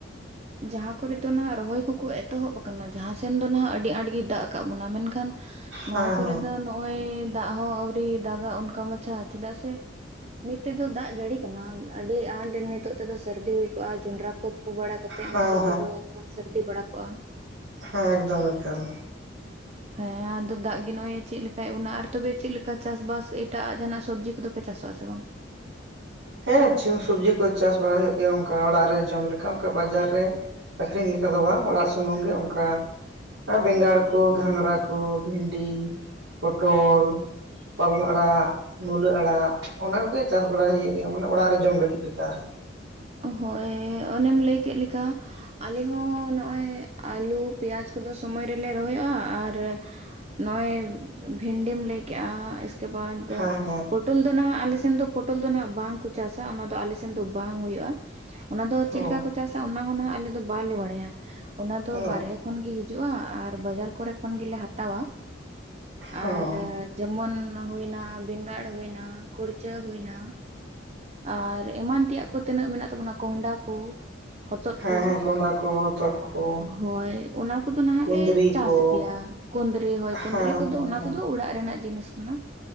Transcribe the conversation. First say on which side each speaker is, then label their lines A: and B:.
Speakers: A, on the right; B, on the right.
A: ᱡᱟᱦᱟᱸ ᱠᱚᱨᱮ ᱫᱚ ᱱᱟᱜ ᱨᱚᱦᱚᱭ ᱠᱚᱠᱚ ᱮᱛᱚᱦᱚᱵ ᱠᱟᱱᱟ ᱡᱟᱦᱟᱸ ᱥᱮᱱ ᱫᱚ ᱱᱟᱜ ᱟᱹᱰᱤ ᱟᱸᱴ ᱜᱮ ᱫᱟᱜ ᱠᱟᱜ ᱵᱚᱱᱟ ᱢᱮᱱ ᱠᱷᱟᱱᱼᱼ ᱱᱚᱣᱟ
B: ᱦᱮᱸ
A: ᱠᱚᱨᱮ
B: ᱦᱮᱸ
A: ᱫᱚ ᱱᱚᱜᱼᱚᱭᱼᱼ ᱫᱟᱜ ᱦᱚᱸ ᱟᱣᱨᱤ ᱫᱟᱜᱟᱜ ᱚᱱᱠᱟ ᱢᱟᱪᱷᱟ ᱪᱮᱫᱟᱜ ᱥᱮ ᱱᱤᱛᱮᱫᱚ ᱫᱟᱜ ᱡᱟᱹᱲᱤ ᱠᱟᱱᱟᱼᱼ ᱟᱹᱰᱤ ᱟᱸᱴ ᱱᱤᱛᱚᱜ ᱛᱮᱫᱚ ᱥᱟᱹᱨᱫᱤ ᱦᱩᱭ ᱠᱚᱜᱼᱟ ᱡᱚᱸᱰᱨᱟ ᱠᱚ ᱯᱷᱩ ᱵᱟᱲᱟ ᱠᱟᱛᱮᱫ
B: ᱦᱮᱸ
A: ᱱᱤᱛᱚᱜ ᱨᱮᱫᱚ ᱵᱚᱱᱼᱼ ᱥᱟᱹᱨᱫᱤ ᱵᱟᱲᱟ ᱠᱚᱜᱼᱟ
B: ᱦᱚᱸ ᱮᱠᱫᱚᱢ ᱮᱠᱟᱞ
A: ᱦᱮᱸ ᱟᱫᱚ ᱫᱟᱜ ᱜᱮ ᱱᱚᱜᱟᱭ ᱪᱮᱫ ᱞᱮᱠᱟᱭ ᱵᱚᱱᱟ ᱟᱨ ᱛᱚᱵᱮ ᱪᱮᱫ ᱞᱮᱠᱟ ᱪᱟᱥ ᱵᱟᱥ ᱮᱴᱟᱜ ᱡᱟᱦᱟᱱᱟᱜ ᱥᱚᱵᱽᱡᱤ ᱠᱚᱫᱚ ᱯᱮ ᱪᱟᱥᱚᱜ ᱟᱥᱮ ᱵᱟᱝ
B: ᱦᱮᱸ <unintelligible> ᱥᱚᱵᱡᱤ ᱠᱚ ᱪᱟᱥ ᱵᱟᱲᱟ ᱦᱩᱭᱩᱜ ᱜᱮᱭᱟ ᱚᱱᱠᱟ ᱚᱲᱟᱜ ᱨᱮ ᱡᱚᱢ ᱞᱮᱠᱟ ᱚᱱᱠᱟ ᱵᱟᱡᱟᱨ ᱨᱮᱼᱼ ᱟᱠᱷᱨᱤᱧ ᱞᱮᱠᱟ ᱫᱚ ᱵᱟᱝ ᱚᱲᱟᱜ ᱥᱩᱢᱩᱝ ᱜᱮ ᱚᱱᱠᱟᱼᱼ ᱟᱨ ᱵᱮᱸᱜᱟᱲ ᱠᱚ ᱜᱷᱟᱸᱝᱽᱨᱟ ᱠᱚ ᱵᱷᱤᱱᱰᱤ ᱯᱚᱴᱚᱞᱼᱼ ᱯᱟᱞᱚᱱ ᱟᱲᱟᱜ ᱢᱩᱞᱟᱹ ᱟᱲᱟᱜ ᱚᱱᱟ ᱠᱚ ᱜᱮᱼᱼ ᱪᱟᱥ ᱵᱟᱲᱟ ᱦᱩᱭᱩᱜ ᱜᱮᱭᱟ ᱢᱟᱱᱮ ᱚᱲᱟᱜ ᱨᱮ ᱡᱚᱢ ᱞᱟᱹᱜᱤᱫ ᱞᱮᱠᱟ ᱟᱨᱠᱤᱼᱼ
A: ᱦᱳᱭ ᱚᱱᱮᱢ ᱞᱟᱹᱭ ᱠᱮᱜ ᱞᱮᱠᱟ ᱟᱞᱮ ᱦᱚᱸ ᱱᱚᱜᱼᱚᱭ ᱟᱹᱞᱩ ᱯᱮᱸᱭᱟᱡᱽ ᱠᱚᱫᱚ ᱥᱚᱢᱚᱭ ᱨᱮᱞᱮ ᱨᱚᱦᱚᱭᱚᱜᱼᱟ ᱟᱨᱼᱼ <unintelligible> ᱱᱚᱜᱚᱭ ᱵᱷᱤᱱᱰᱤᱢ ᱞᱟᱹᱭ ᱠᱮᱜᱼᱟ ᱤᱥᱠᱮ ᱵᱟᱫ
B: ᱦᱮᱸ ᱦᱮᱸ
A: <unintelligible> ᱩᱱ ᱫᱚ ᱱᱟᱜ ᱟᱞᱮ ᱥᱮᱱ ᱫᱚ ᱯᱚᱴᱚᱞ ᱫᱚ ᱱᱟᱜ ᱵᱟᱝ ᱠᱚ ᱪᱟᱥᱟᱼᱟ ᱚᱱᱟ ᱫᱚ ᱟᱞᱮᱥᱮᱱ ᱫᱚ ᱵᱟᱝ ᱦᱩᱭᱩᱜᱼᱟ ᱚᱱᱟ ᱫᱚ ᱪᱮᱫ
B: ᱚ
A: ᱞᱮᱠᱟ ᱠᱚ ᱪᱟᱥᱟ ᱚᱱᱟ ᱦᱚᱸ ᱱᱟᱜ ᱟᱞᱮ ᱫᱚ ᱵᱟᱞᱮ ᱵᱟᱲᱟᱭᱟ ᱚᱱᱟ ᱫᱚ
B: ᱦᱚᱸ
A: ᱵᱟᱨᱦᱮ ᱠᱷᱚᱱ ᱜᱮ ᱦᱤᱡᱩᱜᱼᱟ ᱟᱨ ᱵᱟᱡᱟᱨ ᱠᱚᱨᱮ ᱠᱷᱚᱱ ᱜᱮᱞᱮ ᱦᱟᱛᱟᱣᱟ
B: ᱦᱚᱸ
A: ᱟᱨᱼᱼ ᱡᱮᱢᱚᱱ ᱦᱩᱭᱱᱟ ᱵᱮᱸᱜᱟᱲ ᱦᱩᱭᱱᱟ ᱠᱩᱲᱪᱟᱹ ᱦᱩᱭᱱᱟ ᱟᱨ ᱮᱢᱟᱱ ᱛᱮᱭᱟᱜ ᱠᱚ ᱛᱤᱱᱟᱹᱜ ᱢᱮᱱᱟᱜ ᱛᱟᱵᱚᱱᱟ ᱠᱚᱦᱚᱰᱟ ᱠᱚᱼᱼ ᱦᱚᱛᱚᱫ
B: ᱦᱮᱸ
A: ᱠᱩ
B: ᱦᱮᱸ ᱠᱚᱸᱰᱷᱟ ᱠᱚ ᱦᱚᱛᱚᱫ ᱠᱚ
A: ᱦᱳᱭ ᱚᱱᱟ ᱠᱚᱫᱚ ᱱᱟᱜ
B: ᱠᱩᱸᱫᱽᱨᱤ
A: ᱞᱮ ᱪᱟᱥ
B: ᱠᱚ
A: ᱜᱮᱭᱟ ᱠᱩᱫᱽᱨᱤ ᱦᱳᱭ
B: ᱦᱮᱸ
A: ᱠᱩᱸᱫᱽᱨᱤ ᱠᱚᱫᱚ
B: ᱦᱮᱸ
A: ᱚᱱᱟ
B: ᱦᱮᱸ
A: ᱠᱚᱫᱚ ᱚᱲᱟᱜ ᱨᱮᱱᱟᱜ ᱡᱤᱱᱤᱥ ᱠᱟᱱᱟ